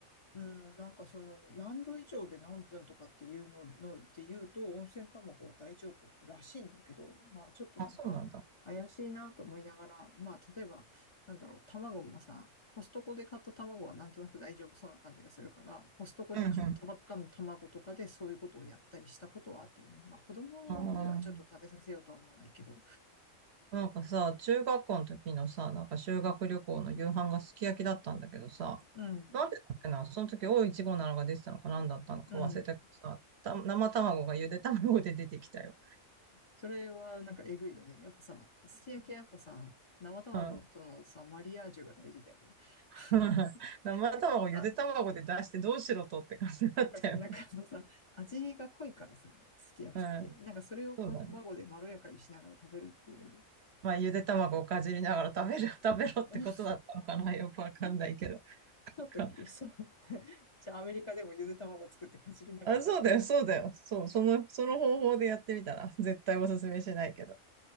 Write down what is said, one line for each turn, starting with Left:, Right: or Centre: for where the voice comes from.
Left: うん、なんかその何度以上で何分とかっていうののって言うと温泉卵は大丈夫らしいんだけど、まあちょっとなんか怪しいなと思いながら、
Right: あ、そうなんだ。
Left: まあ例えばなんだろう、卵もさ、コストコで買った卵はなんとなく大丈夫そうな感じがするから、コストコで買ったばっかの卵とかでそういうことをやったりしたことはあったよね。
Right: うんうん。
Left: まあ子供にはちょっと食べさせようとは思わないけど。
Right: あーなんかさ、中学校の時のさ、なんか修学旅行の夕飯がすき焼きだったんだけどさ、
Left: うん、
Right: なんでだっけな、その時オーいちごなのが出てたのか何だったのか忘れたけどさ、
Left: うん、
Right: た生卵がゆで卵で出てきたよ。
Left: それはなんかえぐいよね。やっぱさ、すき焼きはやっぱさ、生卵とのさ、
Right: うん。
Left: マリアージュが大事だよね。<laughs>
Right: <laughs> 生卵ゆで卵で出してどうしろとって感じだったよね。
Left: てか、あ、てかその中のさ、味が濃いからさ、すき焼きって。
Right: うん。
Left: なんかそれをこう卵でまろやかにしながら食べるっていう。
Right: そうだね。まあ、ゆで卵をかじりながら食べる、<laughs> 食べろってことだったのかなよくわかんないけど。
Left: <laughs> ちょっと、
Right: <laughs>
Left: そう。<laughs> じゃあアメリカでもゆで卵作ってかじりながら食べる。
Right: あ、そうだよ、そうだよ。そう、その、その方法でやってみたら、絶対おすすめしないけど。